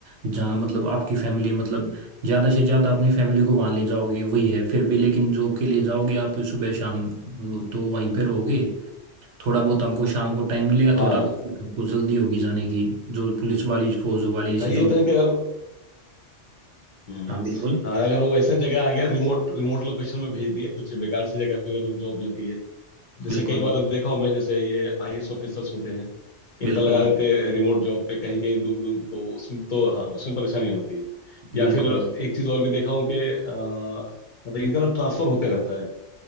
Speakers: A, on the right (about 75°); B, on the left (about 50°).
A: जहाँ मतलब आपकी फैमिली मतलब ज़्यादा से ज़्यादा अपनी फैमिली को वहाँ ले जाओगे वही है फिर भी लेकिन जॉब के लिए जाओगे आप सुबह शाम वो तो वहीं पे रहोगे थोड़ा बहुत हमको शाम को टाइम मिलेगा
B: हाँ
A: थोड़ा बहुत आपको जल्दी होगी जाने की जो पुलिस वाली फौज वाली ऐसी
B: हाँ ये
A: जो
B: तो है कि अगर हम्म
A: हाँ बिल्कुल
B: हाँ अगर वो ऐसा जगह आ गया रिमोट रिमोट लोकेशन में भेज दिया कुछ बेकार सी जगह पे अगर जॉब लग गई है जैसे
A: बिल्कुल
B: कई बार देखा हूं मैं जैसे ये आईएएस ऑफिसर्स होते हैं इनका
A: बिल्कुल
B: लगा देते हैं रिमोट जॉब पे कहीं कहीं दूर दूर तो उसमें तो हाँ उसमें परेशानी होती है या
A: बिल्कुल
B: फिर एक चीज और भी देखा हूँ कि अ, मतलब इनका ना ट्रांसफर होते रहता है